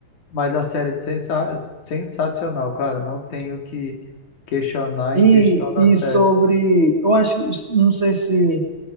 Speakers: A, on the left; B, on the right.
A: Mas a série é sensa- sensacional, cara. Não tenho o que questionar
B: E,
A: em questão da
B: e
A: série.
B: sobre, eu acho, não sei se